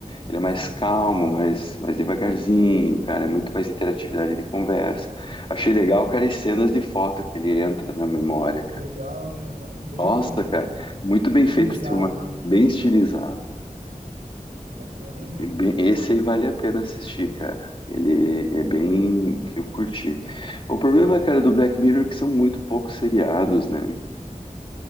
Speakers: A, on the left; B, on the right.
A: Ele é mais
B: Sim,
A: calmo,
B: aham.
A: mais, mais devagarzinho, cara, é muito mais interatividade de conversa. Achei legal, cara, as cenas de foto que ele entra na memória, cara.
B: Legal, né? Aham. Bem
A: Nossa, cara, muito bem
B: utilizado
A: feito esse filme,
B: né?
A: bem estilizado.
B: Bacana mesmo.
A: E bem- esse aí vale a pena assistir, cara. Ele é bem, eu curti. O problema, cara, do Black Mirror é que são muito poucos seriados, né?